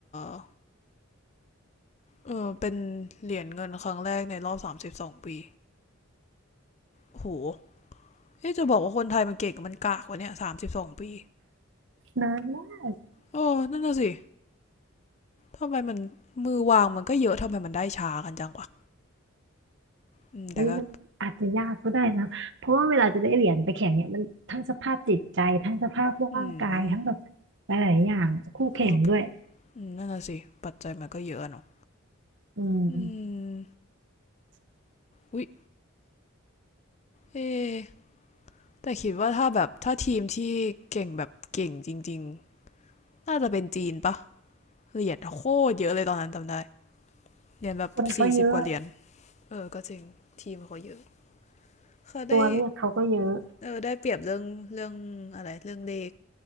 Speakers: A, on the left; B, on the right.
A: อเออเป็นเหรียญเงินครั้งแรกในรอบสามสิบสองปีโห เอ๊ะจะบอกว่าคนไทยมันเก่งมันกากกว่าเนี่ยสามสิบสองปี
B: นานมาก
A: โอ้นั่นน่ะสิทำไมมันมือวางมันก็เยอะทำไมมันได้ช้ากันจังวะอืมแต่ก็
B: คุยมันอาจจะยากก็ได้นะเพราะว่าเวลาจะได้เหรียญไปแข่งเนี่ยมันทั้งสภาพจิตใจทั้งสภาพร่างกายทั้งแบบ
A: อืม
B: หลายๆอย่างคู่แข่งด้วย
A: เอออนั่นน่ะสิปัจจัยมันก็เยอะเนาะ
B: อืม
A: อืมอุ๊ยเอะแต่คิดว่าถ้าแบบถ้าทีมที่เก่งแบบเก่งจริงๆน่าจะเป็นจีนปะเหรียญโคตรเยอะเลยตอนนั้นจำได้เหรียญแบบสี่สิบกว่าเหรียญ
B: คนเขาเยอะ
A: เออก็จริงทีมเขาเยอะเขาได้
B: ตัวเลือกเขาก็เยอะ
A: เออได้เปรียบเรื่องเรื่องอะไรเรื่องเลข